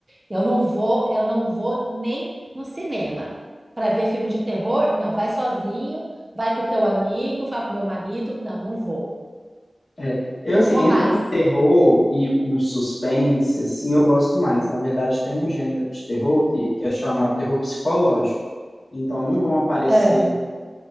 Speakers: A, on the right (about 25°); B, on the left (about 65°).
A: Eu não vou, eu não vou nem no cinema para ver filme de terror. Não, vai sozinho, vai com o teu amigo, vai com o meu marido. Não, não vou.
B: É, eu,
A: Não
B: assim,
A: vou
B: entre
A: mais.
B: um terror e um suspense, assim, eu gosto mais. Na verdade, tem um gênero de terror que, que é chamado terror psicológico. Então, não vão aparecer,
A: É.